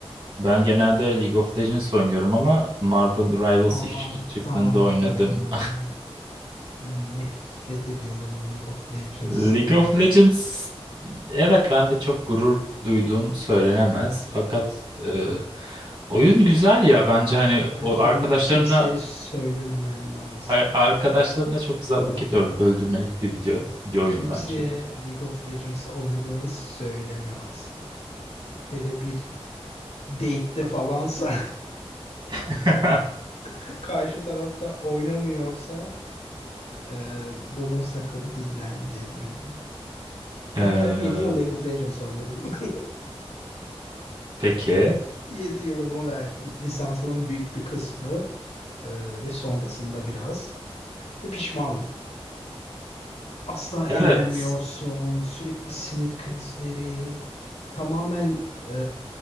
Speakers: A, on the right (about 55°); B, on the left (about 85°).
A: Ben genelde League of Legends oynuyorum ama Marvel Rivals
B: Aman
A: ilk ilk çıktığında
B: tanrım.
A: oynadım.
B: Nefret ediyorum League of Legends'tan.
A: League of Legends evet ben de çok gurur duyduğum söylenemez. Fakat e, oyun güzel ya bence hani
B: Bence
A: o arkadaşlarına
B: bunu kimseye söylememen lazım.
A: a- arkadaşlarına çok güzel vakit öl- öldürmelik bir video video
B: Kimseye
A: oyunu bence.
B: League of Legends oynadığını söyleme asla. Hele bir date'te falansa
A: <laughs>
B: <laughs> karşı tarafta oynamıyorsa e, bunu sakın dillendirme.
A: Ee,
B: Ben kendim 7 yıl League of Legends oynadım. <laughs>
A: peki.
B: 7 yılımı verdim. Lisansımın büyük bir kısmı e, ve sonrasında biraz. Ve pişmanım. Asla eğlenmiyorsun.
A: Evet.
B: Sürekli sinir krizleri. tamamen e,